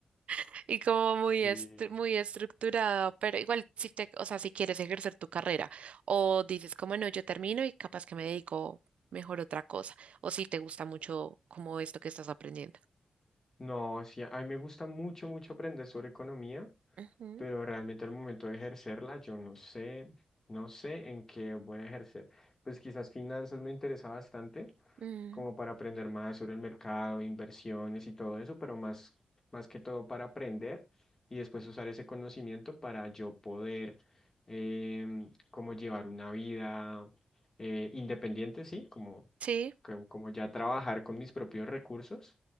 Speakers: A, on the right; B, on the left.
A: <laughs> y como muy
B: Y
A: estru- muy estructurada, pero igual si te, o sea, si quieres ejercer tu carrera o dices como no, yo termino y capaz que me dedico mejor a otra cosa, o si te gusta mucho como esto que estás aprendiendo.
B: no, sí, a mí me gusta mucho, mucho aprender sobre economía.
A: Ujú,
B: pero realmente al momento de ejercerla, yo no sé, no sé en qué voy a ejercer. Pues quizás finanzas me interesa bastante,
A: mm,
B: como para aprender más sobre el mercado, inversiones y todo eso, pero más, más que todo para aprender y después usar ese conocimiento para yo poder em, como llevar una vida eh, independiente, sí, como,
A: sí,
B: como, como ya trabajar con mis propios recursos,